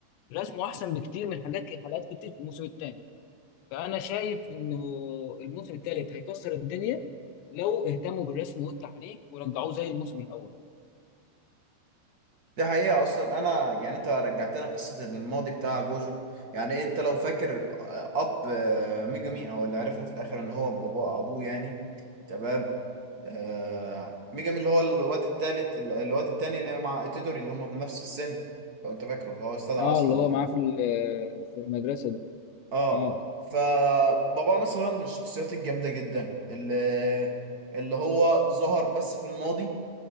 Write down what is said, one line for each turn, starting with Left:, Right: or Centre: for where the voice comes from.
Left: رسمه احسن بكتير من حاجات حلقات كتير في الموسم الثاني فأنا شايف إنه الموسم الثالث هيكسر الدنيا لو اهتموا بالرسم والتحريك ورجعوه زي الموسم الأول
Right: دي حقيقة أصلا أنا يعني أنت رجعتنا قصة إن الماضي بتاع جوجو يعني أنت لو فاكر الأب آه، ميجامي أو اللي عرفنا في الآخر إن هو بابا أبوه يعني تمام آه، ميجامي اللي هو الواد التالت الواد التاني اللي مع إتيدوري اللي هما في نفس السن لو أنت فاكره اللي هو استدعى
Left: اه
Right: أصلا
Left: اللي هو
Right: ال...
Left: معاه في ال- في المدرسة ده
Right: آه
Left: اه
Right: فبابا مثلا من الشخصيات الجامدة جدا اللي اللي هو ظهر بس في الماضي